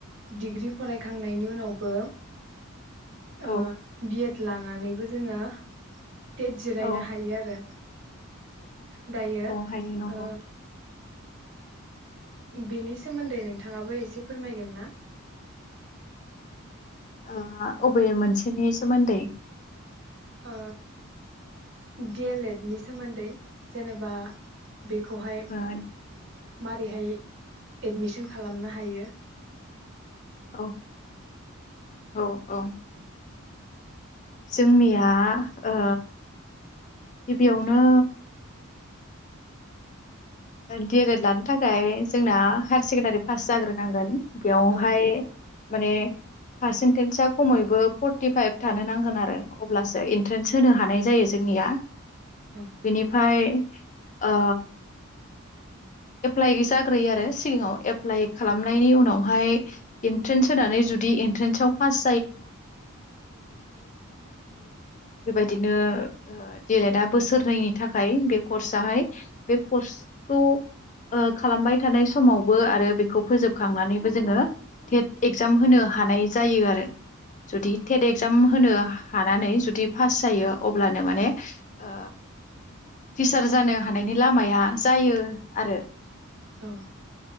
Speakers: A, on the right (about 60°); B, on the left (about 35°).
A: डिग्रि फरायखांनायनि उनावबो ओ
B: औ
A: बि एड लानानैबो जोङो टेट जिरायनो
B: औ
A: हायो आरो <inaudible> दायो
B: औ हायो नंगौ
A: ओ बेनि सोमोन्दै नोंथाङाबो एसे फोरमायगोन ना?
B: ओ अबे मोनसेनि सोमोन्दै?
A: ओ डि एल एड नि सोमोन्दै जेनेबा बेखौहाय
B: ओ
A: मारैहाय एडमिसन खालामनो हायो?
B: औ औ औ जोंनिया ओ गिबियावनो डि एल एड लानो थाखाय जोंना हायार सेकेण्डारि पास जाग्रोनांगोन। बेयावहाय
A: औ
B: माने पारसेन्टेजआ खमैबो फर्टिफाइभ थानो नांगोन आरो अब्लासो एन्ट्रेन्स होनो हानाय जायो जोंनिया।
A: औ
B: बिनिफ्राय ओ एप्लाइ जाग्रोयो आरो सिगाङाव एप्लाइ खालामनायनि उनावहाय एन्ट्रेन्स होनानै जुदि एन्ट्रेन्साव पास बेबायदिनो
A: औ
B: डि एल एडा बोसोरनैनि थाखाय बे कर्स आहाय बे कर्सखौ ओ खालामबाय थानाय समावबो आरो बेखौ फोजोबखांनानैबो जोङो टेट एगजाम होनो हानाय जायो आरो। जुदि
A: औ
B: टेट एक्जाम होनो हानानै जुदि पास जायो अब्लानो माने ओ टिचार जानो हानायनि लामाया जायो आरो
A: औ